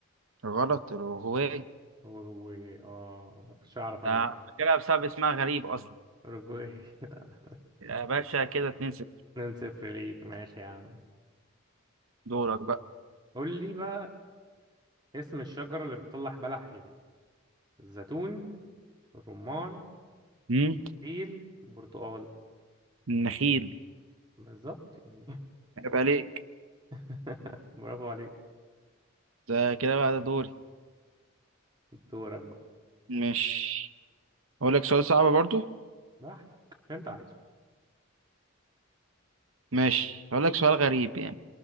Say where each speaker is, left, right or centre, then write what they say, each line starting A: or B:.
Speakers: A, on the right; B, on the right.
A: غلط الاورجواي
B: اوروجواي اه مش هعرف انا
A: آه،
B: ده
A: فاكرها بسبب اسمها غريب اصلا
B: اوروجواي <laughs>
A: يا باشا كده 2 0
B: 2 0 ليك ماشي يا عم
A: دورك بقى
B: قول لي بقى اسم الشجرة اللي بتطلع بلح ايه الزيتون الرمان
A: مم.
B: إيل برتقال
A: النخيل
B: بالظبط يعني
A: عيب عليك
B: <laughs> برافو عليك
A: ده كده بقى ده دوري
B: دورك بقى
A: ماشي هقول لك سؤال صعب برضو
B: براحتك انت عايزه
A: ماشي هقول لك سؤال غريب يعني